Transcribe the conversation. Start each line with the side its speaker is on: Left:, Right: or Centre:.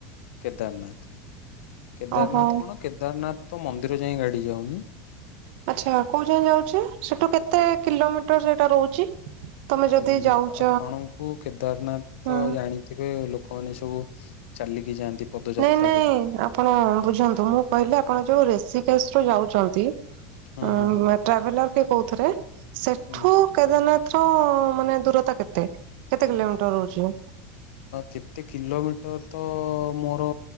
Left: କେଦାରନାଥ। କେଦାରନାଥ
Right: ଓହୋ
Left: କଣ କେଦାରନାଥ ତ ମନ୍ଦିର ଯାଇଁ ଗାଡି ଯାଉନି।
Right: ଆଚ୍ଛା କୋଉ ଯାଇଁ ଯାଉଛି ସେଠୁ କେତେ କିଲୋମିଟର ସେଇଟା ରହୁଛି? ତମେ ଯଦି
Left: ଦେଖନ୍ତୁ
Right: ଯାଉଛ
Left: ଆପଣଙ୍କୁ କେଦାରନାଥ
Right: ହୁଁ
Left: ତ ଜାଣି ଥିବେ ଲୋକମାନେ ସବୁ ଚାଲିକି ଯାଆନ୍ତି। ପଦଯାତ୍ରା
Right: ନାଇଁ ନାଇଁ
Left: କରିକି।
Right: ଆପଣ ବୁଝାନ୍ତୁ ମୁଁ କହିଲି ଆପଣ ଯୋଉ ରେଷିକେଶ ରୁ ଯାଉଛନ୍ତି। ଅ
Left: ହଁ ହଁ ହଁ।
Right: ଟ୍ରାଭେଲର କି କୋଉଥିରେ ସେଠୁ।
Left: ହୁଁ
Right: କେଦାରନାଥ ର ମାନେ ଦୂରତା କେତେ କେତେ କିଲୋମିଟର ରହୁଛି?
Left: କେତେ କିଲୋମିଟର ତ ମୋର।